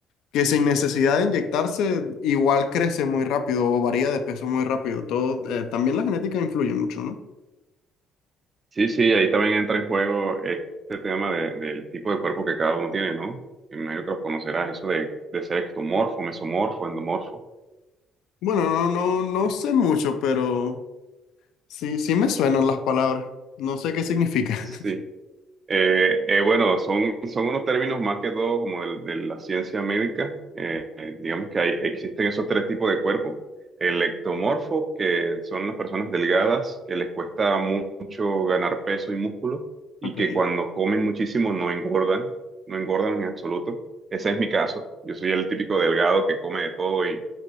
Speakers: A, on the left; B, on the right.
A: que sin necesidad de inyectarse igual crece muy rápido o varía de peso muy rápido. Todo, eh, también la genética influye mucho, ¿no?
B: Sí, sí, ahí también entra en juego este tema de- del tipo de cuerpo que cada uno tiene, ¿no? Me imagino que los conocerás, eso de, de ser ectomorfo, mesomorfo, endomorfo.
A: Bueno, no, no, no
B: Sí,
A: sé mucho, pero sí, sí me suenan las palabras. No sé qué significa.
B: sí.
A: <laughs>
B: Eh, eh, bueno, son, son unos términos más que todo como del- de, la ciencia médica. Eh, eh, digamos que hay, existen esos tres tipos de cuerpo. El ectomorfo, que son las personas delgadas, que les cuesta mu- mucho ganar peso y músculo, y
A: Okay.
B: que cuando comen muchísimo no engordan, no engordan en absoluto. Ese es mi caso. Yo soy el típico delgado que come de todo y,